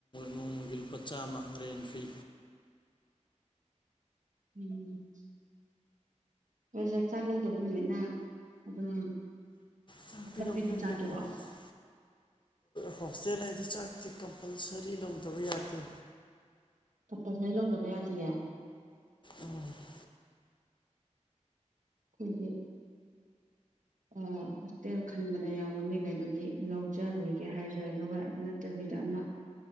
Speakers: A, on the left; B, on the right.
A: ꯅꯣꯡꯃꯒꯤ ꯂꯨꯄꯥ ꯆꯝꯃꯥ ꯔꯦꯟ ꯐꯤ
B: ꯎꯝ ꯍ ꯆꯥꯛ ꯆꯥꯛ ꯂꯧꯗꯕ ꯅꯨꯃꯤꯠꯅ ꯑꯗꯨꯝ
A: ꯆꯥꯛꯇꯤ
B: ꯊꯠꯄꯤ
A: ꯂꯧꯖꯗꯦ
B: ꯆꯥꯇꯔ
A: ꯀꯝꯄꯜꯁ ꯍꯣꯁꯇꯦꯜ ꯍꯥꯏꯗꯤ ꯆꯥꯛꯇꯤ ꯀꯝꯄꯜꯁꯔꯤ ꯂꯧꯗꯕ ꯌꯥꯗꯦ
B: ꯄꯞꯄ ꯐꯅꯤ ꯂꯗꯕꯌꯥꯗꯤꯌꯦ
A: ꯑꯣ
B: ꯈꯣꯏꯗꯤ ꯑꯣ ꯍꯣꯁꯇꯦꯜ ꯈꯟꯕꯗ ꯌꯥꯎꯕ ꯃꯤꯈꯩꯗꯨꯗꯤ ꯂꯧꯖꯔꯨꯒꯦ ꯍꯥꯏꯁꯨ ꯑꯗꯨꯒ ꯑꯗꯨ ꯅꯠꯇꯕꯤ ꯑꯣꯏꯗ ꯌꯥꯝꯅ